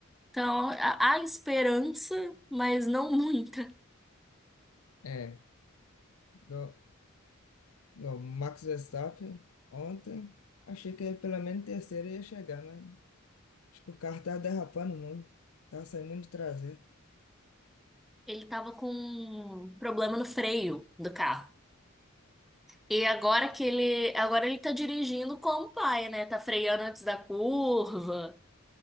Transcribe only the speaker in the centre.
Então, há há esperança, mas não <laughs> muita.
Ele tava com um problema no freio do carro. E agora que ele, agora ele tá dirigindo como pai, né? Tá freando antes da curva.